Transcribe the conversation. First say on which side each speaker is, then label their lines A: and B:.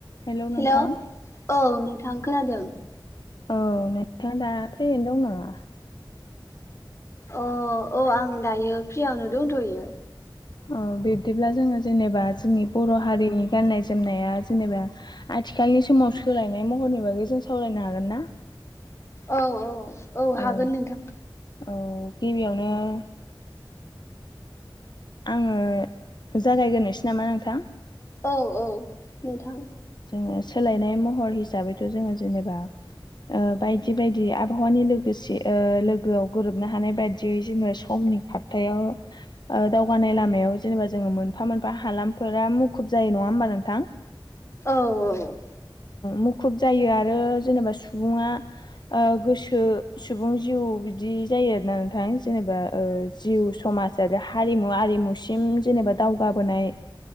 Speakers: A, on the left; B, on the left.
A: Hello नोंथां
B: hello औ नोंथां खोनादों।
A: औ नोंथाङा दा फैैनो दं नामा?
B: अ औ आं दायो फ्रियावनो दंथ'यो।
A: औ बिब्दिब्ला जोङो जेनेबा जोंनि बर' हारिनि गाननाय जोमनाया जेनेबा आथिखालनि समाव सोलायनाय महरनि बागै जों सावरायनो हागोन ना?
B: औ औ
A: औ
B: हागोन नोंथां
A: औ गिबिआवनो ओ। आङो जागायग्रोनोसै नामा नोंथां?
B: औ औ नोंथां।
A: जोङो सोलायनाय महर हिसाबैथ' जोङो जेनेबा ओ बायदि बायदि आब बहानि लोगोसे ओ लोगोआव गोरोबनो हानाय बायदियै जेनेबा समनि खारथायाव ओ दावगानाय लामायाव जेनेबा जोङो मोनफा मोनफा हालामफोरा मुखुब जायो नङा होमबा नोंथां?
B: औ औ।
A: मुखुब जायो आरो जेनेबा सुबुङा ओ गोसो सुबुं जिउ बिदि जायो आरोना नोंथां जेनेबा ओ जिउ समाज आरो हारिमु आरिमुसिम जेनेबा दावगा बोनाय